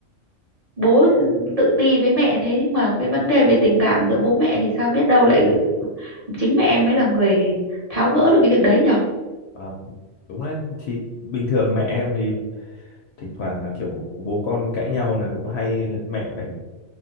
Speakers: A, on the right (about 40°); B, on the left (about 65°).
A: bố tự ti với mẹ thế mà cái vấn đề về tình cảm giữa bố mẹ thì sao biết đâu lại ừ, chính mẹ em mới là người tháo gỡ được cái việc đấy nhở
B: và đúng đấy thì bình thường mẹ em thì thỉnh thoảng là kiểu bố con cãi nhau là cũng hay mẹ phải